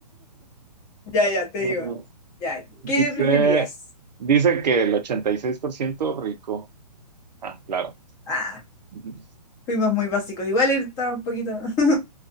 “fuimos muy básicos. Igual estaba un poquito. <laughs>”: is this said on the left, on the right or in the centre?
Left